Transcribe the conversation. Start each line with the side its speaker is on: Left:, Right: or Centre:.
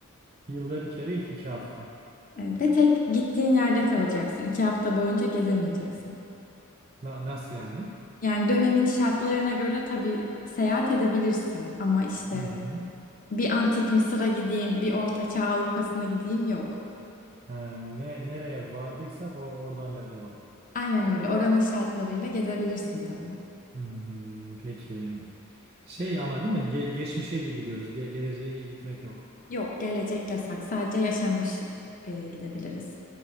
Right: Yılda bir kere iki iki hafta.
Left: Evet, ve tek gittiğin yerde kalacaksın. İki hafta boyunca gezemeyeceksin.
Right: Na- nasıl yani?
Left: Yani dönemin şartlarına göre tabii seyahat edebilirsin ama işte
Right: Hı hı.
Left: bir antik Mısır'a gideyim, bir Orta Çağ Avrupa'sına gideyim yok.
Right: Ee, ne nereye vardıysak o oradan da devam.
Left: Aynen öyle. Oranın şartlarıyla gezebilirsin tabii.
Right: Hı hı, peki. Şey ama değil mi? Ge- geçmişe gidiyoruz. Ge- geleceğe gitmek yok.
Left: Yok, gelecek yasak. Sadece yaşanmış e, gidebiliriz.